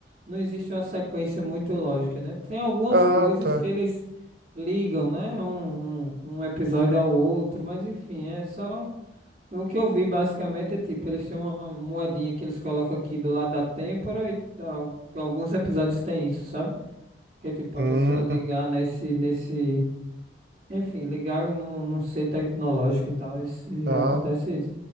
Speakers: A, on the right (about 35°); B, on the right (about 60°).
A: não existe uma sequência muito lógica, né? Tem algumas
B: ah,
A: coisas
B: tá.
A: que eles ligam, né? Um, um, um episódio ao outro, mas enfim, é só. O que eu vi basicamente é tipo, eles têm uma moedinha que eles colocam aqui do lado da têmpora e tal. alguns episódios têm isso, sabe? Que é tipo, pra
B: Hum,
A: pessoa ligar nesse, nesse. Enfim, legal, não, não sei tecnológico e tal, e se
B: tá.
A: acontece isso.